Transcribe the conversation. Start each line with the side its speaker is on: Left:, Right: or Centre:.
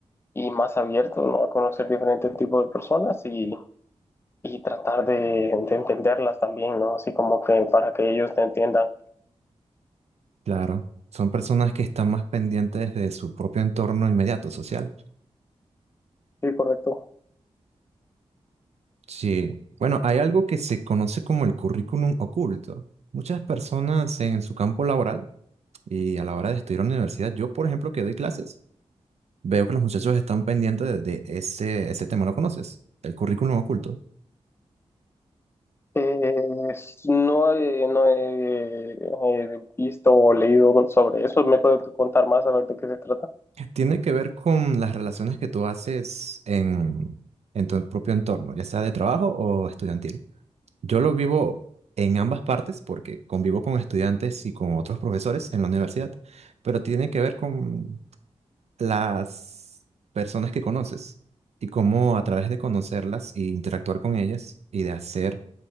Left: y más abierto, ¿no? A conocer diferentes tipos de personas y, y tratar de, de entenderlas también, ¿no? Así como que para que ellos te entiendan.
Right: Claro, son personas que están más pendientes de su propio entorno inmediato social.
Left: Sí, correcto.
Right: Sí. Bueno, hay algo que se conoce como el currículum oculto. Muchas personas en su campo laboral y a la hora de estudiar en la universidad, yo por ejemplo que doy clases, veo que los muchachos están pendientes de, de ese, ese tema. ¿Lo conoces? El currículum oculto.
Left: Eh, no, he- no he, eh, visto o leído sobre eso. ¿Me puede contar más a ver de qué se trata?
Right: Tiene que ver con las relaciones que tú haces en, en tu propio entorno, ya sea de trabajo o estudiantil. Yo lo vivo en ambas partes porque convivo con estudiantes y con otros profesores en la universidad, pero tiene que ver con las personas que conoces y cómo a través de conocerlas y interactuar con ellas y de hacer